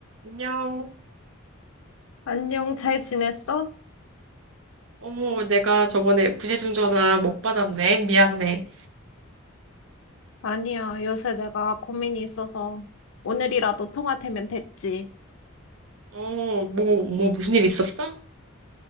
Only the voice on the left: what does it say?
안녕, 잘 지냈어?
아니야, 요새 내가 고민이 있어서 오늘이라도 통화 되면 됐지.